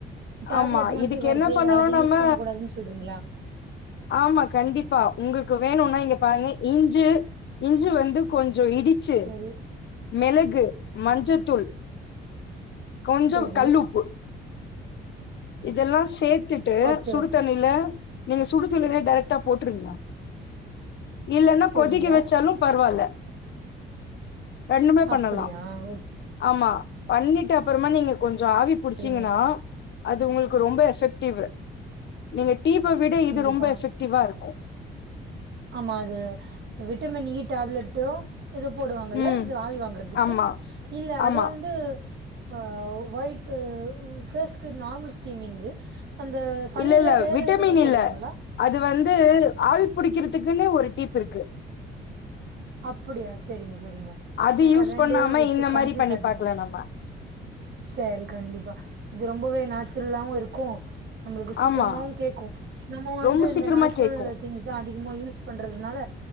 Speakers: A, on the right; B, on the left.
A: டேப்லெட்
B: ஆமா
A: மாதிரி
B: இதுக்கு
A: வருது
B: என்ன பண்ணணும்
A: அது
B: நம்ம
A: யூஸ் பண்ண கூடாதுன் சொல்றீங்களா
B: ஆமா கண்டிப்பா உங்களுக்கு வேணுனா இங்க பாருங்க இஞ்சு இஞ்சு வந்து கொஞ்சோ இடிச்சு
A: சேரி
B: மெளகு மஞ்சத்தூள் கொஞ்சோ
A: சேரி
B: கல்லுப்பு இதெல்லா சேத்துட்டு
A: ஓகே
B: சுடு
A: ஓகே
B: தண்ணில நீங்க சுடு தண்ணிலே டைரெக்ட்டா போட்டுருங்க இல்லனா
A: சேரிங்க
B: கொதிக்க வச்சாலு பரவால்ல ரெண்டுமே
A: அப்படியா
B: பண்ணலா
A: ஓகே
B: ஆமா பண்ணிட்டு அப்பறமா நீங்க கொஞ்சோ ஆவி புடிச்சீங்கன்னா
A: சேரிங்க
B: அது உங்களுக்கு ரொம்ப எஃபெக்டிவ் நீங்க டீப்ப விட
A: கண்டிப்பா
B: இது ரொம்ப எஃபெக்டிவா இருக்கூ
A: ஆமா அது விட்டமின் இ டேப்லெட்டு இது போடுவாங்கல்ல
B: ம்
A: இது ஆவி வாங்கறதுக்கு
B: ஆமா
A: இல்ல
B: ஆமா
A: அது வந்து ஆ வைட் ஃபேஸ்க்கு நார்மல் ஸ்டீமிங்கு அந்த சல்லுல
B: இல்ல இல்ல
A: வேற
B: விட்டமின்
A: எதெதோ போடுவாங்கல
B: இல்ல அது வந்து ஆவி புடிக்கிறதுக்குன்னு ஒரு டீப் இருக்கு
A: அப்பிடியா செரிங்க செரிங்க
B: அது
A: நா
B: யூஸ்
A: க ரெண்டயு
B: பண்ணாம
A: வச்சு
B: இந்த
A: கன்ஃபியூஸ்
B: மாரி பண்ணி
A: ஆகிட்டே
B: பாக்கலா நம்ம
A: செரி கண்டிப்பா இது ரொம்பவே நேச்சுரல்லாவு இருக்கூ நம்ளுக்கு சீக்கிரமாவு
B: ஆமா
A: கேக்கூ நம்ம வந்து
B: ரொம்ப
A: இந்த
B: சீக்கிரமா
A: நேச்சுரல்
B: கேக்கு
A: திங்ஸ் தா அதிகமா யூஸ் பண்றதுனால